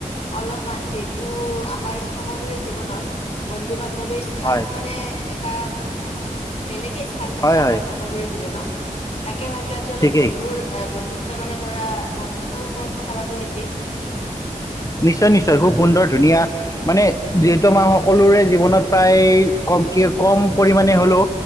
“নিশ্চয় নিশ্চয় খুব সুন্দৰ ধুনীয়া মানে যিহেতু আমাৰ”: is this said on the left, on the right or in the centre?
Left